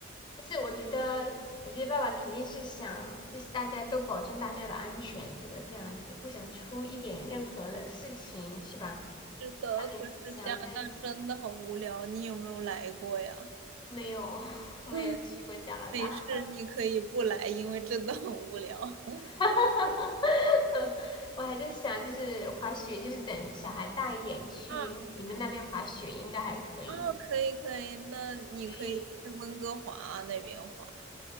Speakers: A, on the left; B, on the right.
A: 但是我觉得，我觉得爸爸肯定是想，就是大家都保证大家的安全，这个这样子，不想出一点任何的事情，是吧？
B: 是的，
A: 他肯定是想在
B: 可是加拿大真的很无聊，你有没有来过呀？
A: 没有，<laughs> 没有去过加拿大。
B: <laughs> 没事，你可以不来，因为真的很无聊。<laughs>
A: <laughs> 我还在想，就是滑雪，就是等小孩大一点去你们那边滑雪，
B: 啊
A: 应该还可以。
B: 啊，可以可以，那你可以去温哥华啊那边滑。
A: 对
B: <laughs>